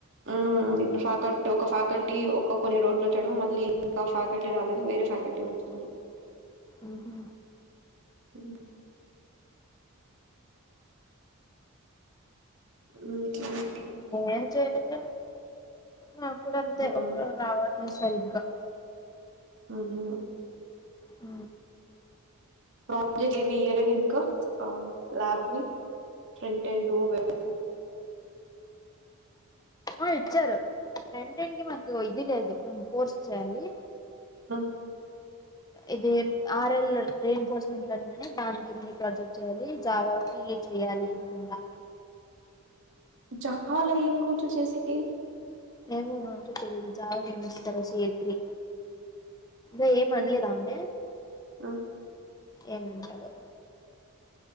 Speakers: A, on the right; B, on the left.
A: ఆ ఫకల్ ఒక ఫ్యాకల్టీ ఒక కొన్ని రోజులు వచ్చాడు మళ్ళీ ఇంకా ఫ ఫ్యాకల్టీ రాలేదు వేరే ఫ్యాకల్టీ వస్తున్నారు
B: ఓహు
A: ఉ <unintelligible>
B: ఏం చేయనిక నాక్కూడా అంతే
A: హ్మ్.
B: ఒక రావాలి అట్లా సరిగ్గా
A: ఆహా
B: హ
A: ప్రాజెక్ట్ ఏవి ఇయలేదు ఇంకా అ ల్యాబ్వి ఫ్రంట్ అండ్ రూ వెబ్
B: ఆ ఇచ్చారు ఫ్రెంట్ టం కి మాకు ఇది లేదు మేము కోర్స్ చేయాలి
A: ఆ
B: ఇది ఆర్ఎల్ రే ఎన్ఫోర్స్మెంట్ లోని కానే దానికి మీ ప్రాజెక్ట్ చేయాలి జావాకి చేయాలి అనుకుంటా
A: చాలా ఏం రచు చేసకి
B: ఏమో నాకు తెలిదు జావ హెమిస్ త రశ ఏత్రి అా
A: హుహు.
B: ఏం అనలేద అమె
A: హ్మ్.
B: ఏమంటారు